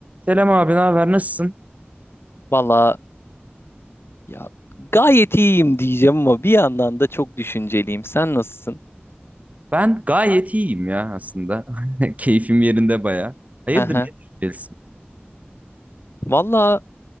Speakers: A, on the right; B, on the left.
A: Selam abi, ne haber? Nasılsın?
B: Valla ya gayet iyiyim diyeceğim ama bir yandan da çok düşünceliyim. Sen nasılsın?
A: Ben gayet iyiyim ya aslında. <laughs> Keyfim yerinde baya. Hayırdır
B: Hı hı.
A: ne düşüneceksin?
B: Valla